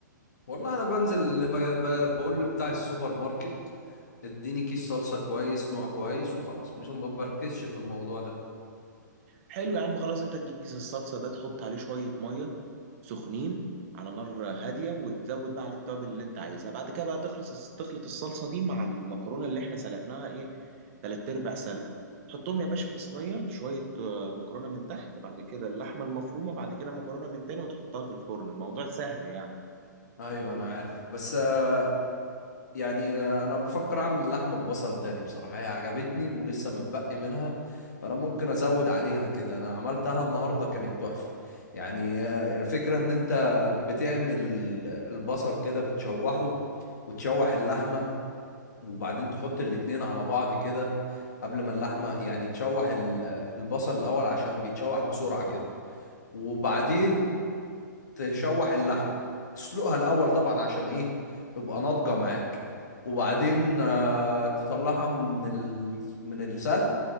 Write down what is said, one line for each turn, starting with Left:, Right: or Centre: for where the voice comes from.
Left: والله أنا بنزل اللي ب- ب- بقول لبتاع السوبر ماركت اديني كيس صلصة كويس نوع كويس وخلاص مش ما بركزش في الموضوع ده
Right: حلو يا عم خلاص انت تجيب كيس الصلصه ده تحط عليه شويه ميه سخنين على نار هاديه وتزود بقى عليه التوابل اللي انت عايزها بعد كده بقى تخلص تخلط الصلصه دي مع المكرونه اللي احنا سلقناها ايه تلات ارباع سلقه تحطهم يا باشا في صينيه شويه آه، مكرونه من تحت بعد كده اللحمه المفرومه بعد كده مكرونه من تاني وتحطها في الفرن الموضوع سهل يعني
Left: أيوه أنا عارف بس آه، يعني انا بفكر اعمل لحمه ببصل تاني بصراحه هي عجبتني ولسه متبقي منها فانا ممكن ازود عليها كده انا عملتها النهارده كانت تحفه يعني آه، الفكره ان انت بتعمل البصل كده بتشوحه وتشوح اللحمه وبعدين تحط الاتنين على بعض كده قبل ما اللحمه يعني تشوح ال- البصل الاول عشان بيتشوح بسرعه كده وبعدين تشوح اللحمه تسلقها الاول طبعا عشان ايه تبقى ناضجه معاك وبعدين آه، تطلعها من ال... من السلق